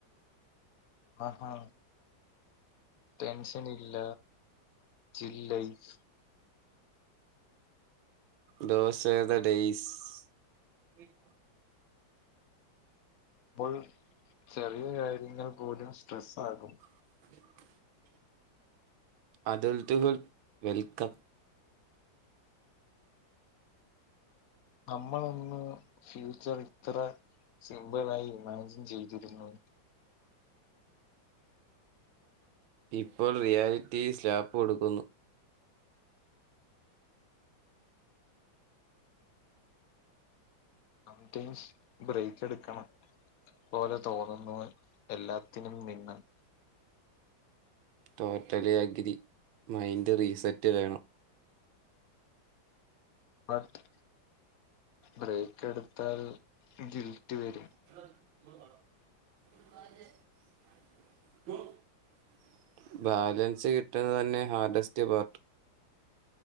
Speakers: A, on the left (about 65°); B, on the right (about 80°).
A: ആഹാ. ടെൻഷൻ ഇല്ല. Chill. Life..
B: those are the days.. V. Four.
A: പ്പോൾ ചെറിയ കാര്യങ്ങൾ പോലും സ്ട്രെസ്സാകും
B: <inaudible> അഡൾട്ടുകൾ വെൽക്കം
A: നമ്മളന്ന് ഫ്യൂച്ചർ ഇത്ര സിമ്പിളായി ഇമാജിൻ ചെയ്തിരുന്നോ?
B: ഇപ്പോൾ റിയാലിറ്റി സ്ലാപ്പ് കൊടുക്കുന്നു.
A: സംടൈംസ് ബ്രേക്ക് എടുക്കണം പോലെ തോന്നുന്നു എല്ലാത്തിനും മിന്നൽ -
B: ടോട്ടലി അഗ്രി മൈൻഡ് റീസെറ്റ് വേണം
A: ബട്ട് ബ്രേക്ക് എടുത്താൽ ഗിൽറ്റ് വരും
B: <inaudible> <unintelligible> ബാലൻസ് കിട്ടുന്നത് തന്നെ ഹാർഡസ്റ്റ് പാർട്ട്